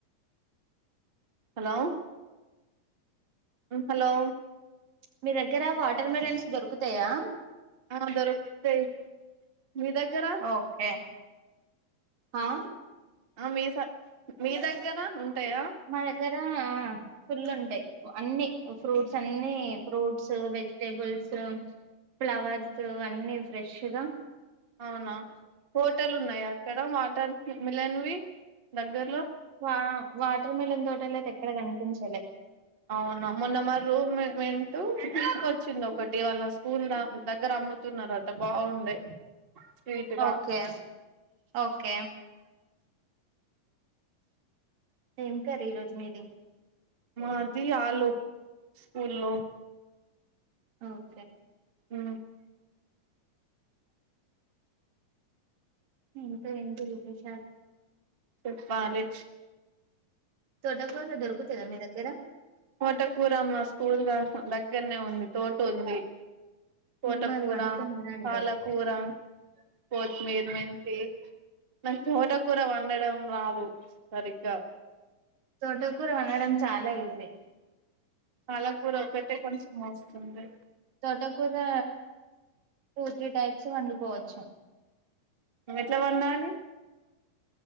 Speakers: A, on the right; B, on the right.
A: హలో హలో
B: మీ దగ్గర వాటర్ మిలన్స్ దొరుకుతయా
A: ఆ దొరుకుతయి మీ దగ్గర
B: ఓకే ఆ
A: మీ స మీ దగ్గర ఉంటాయా
B: మా దగ్గర ఆ ఆ ఫుల్లుంటా టాయి అన్ని ఫ్రూట్స్ అన్ని ఫ్రూట్స్ వెజిటేబుల్స్ ఫ్లవర్స్ అన్ని ఫ్రెష్గా
A: అవునా తోటల్ ఉన్నాయా అక్కడ వాటర్ మిలన్వి దగ్గర్లో
B: వా వాటర్ మిలన్ తోటలయితే ఎక్కడ కనిపించాలే
A: అవునా మొన్న మ రూమ్ వెంట్ తీసుకొచ్చింది ఒకటి వాళ్ళ స్కూల్ దగ్గర అమ్ముతున్నారు అట బాగుండే స్వీట్ గా
B: ఓకే ఓకే ఏం కర్రీ ఈ రోజు మీది
A: మాది ఆలు స్కూలో
B: ఓకే
A: ఉ
B: ఇంకా ఏంటి విశేషాలు
A: చెప్పాలే
B: తోట కూరా దొరుకుతుందా మీ దగ్గర
A: తోట కూర మా స్కూల్ దగ్గరనే ఉంది తోట ఉంది తోటకూర
B: మరి వండుకొని తినండి
A: పాలకూర కోతిమీర్ మెంతి మల తోట కూర వండడం రాదు సరిగ్గా
B: తోట కూర వండడం చాలా ఈజీ
A: పాలకూర ఒటే కొంచం వస్తుంది
B: ఇలా కూడా టూ త్రీ టైప్స్ వండుకోవచ్చు
A: ఎట్లా వండాలి